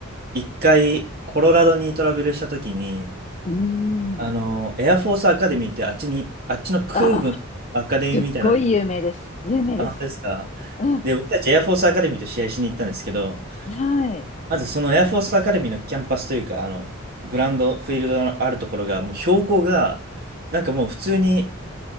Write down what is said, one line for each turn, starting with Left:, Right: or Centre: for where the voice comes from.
Right: 一回、コロラドにトラベルした時に、
Left: う。うー
Right: あの、
Left: ん。
Right: エアフォースアカデミーってあっちに、あっちの空軍のアカデミーみたいな
Left: ああ、すっごい有名です。有名です。
Right: あ、本当ですか。
Left: うん。
Right: で、僕たちエアフォースアカデミーと試合しに行ったんですけど、
Left: はい。
Right: まずそのエアフォースアカデミーのキャンパスというか、あの、グラウンド、フィールドのあるところが、もう標高が、なんかもう普通に、